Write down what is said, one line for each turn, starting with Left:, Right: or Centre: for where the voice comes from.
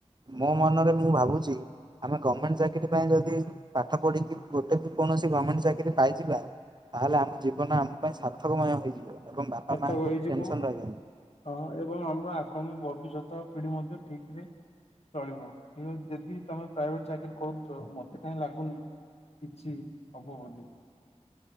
Right: ମୋ ମନରେ ବି ମୁଁ ଭାବୁଛି ଆମେ ଗମେଣ୍ଟ ଚାକିରି ପାଇଁ ଯଦି ପାଠ ପଢ଼ିକି ଗୋଟେ ବି କୌଣସି ଗମେଣ୍ଟ ଚାକିରି ପାଇଯିବା ତାହେଲେ ଆମ ଜୀବନ ଆମ ପାଇଁ ସାର୍ଥକମୟ ହେଇଯିବ ଏବଂ ବାପା
Left: ସତକ
Right: ମାଙ୍କୁ
Left: ହେଇଯିବ
Right: ବି ଟେନସନ ରହିବନି।
Left: ହଁ ଏବଂ ଆମର ଆଗାମୀ ଭବିଷ୍ୟତ ପିଢ଼ି ମଧ୍ୟ ଠିକରେ ଚଳିବ ଯଦି ତମେ ପ୍ରାଇଭେଟ ଚାକିରୀ କରୁଛ ମତ ମତେ କାଇଁ ଲାଗୁନି କିଛି ହବ ବୋଲି।